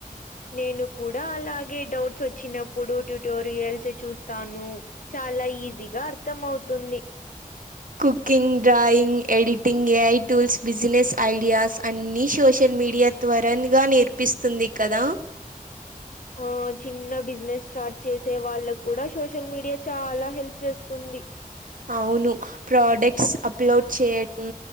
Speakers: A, on the left (about 60°); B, on the right (about 60°).
A: నేను కూడా అలాగే డౌట్స్ వచ్చినప్పుడు ట్యూటోరియల్స్ చూస్తాను చాలా ఈజీగా అర్థం అవుతుంది
B: cooking drawing editing AI tools business ideas అన్ని సోషల్ మీడియా త్వరన్గా నేర్పిస్తుంది కదా
A: ఆ చిన్న బిజినెస్ స్టార్ట్ చేసే వాళ్ళకు కూడా సోషల్ మీడియా చాలా హెల్ప్ చేస్తుంది
B: అవును ప్రొడక్ట్స్ అప్లోడ్ చేయడం